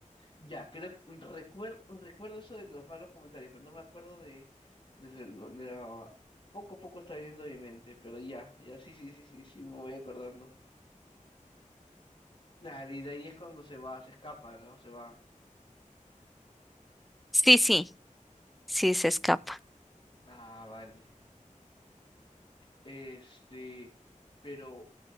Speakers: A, on the left (about 40°); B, in the centre.
A: Ya, creo que recuerdo, recuerdo eso de los malos comentarios, pero no me acuerdo de, de, la... de la- Poco a poco está yendo mi mente, pero ya, ya sí, sí, sí, sí, sí, me voy acordando. Nah, y de ahí es cuando se va, se escapa, ¿no? Se va.
B: Sí, sí, sí se escapa.
A: Ah, vale. Este, pero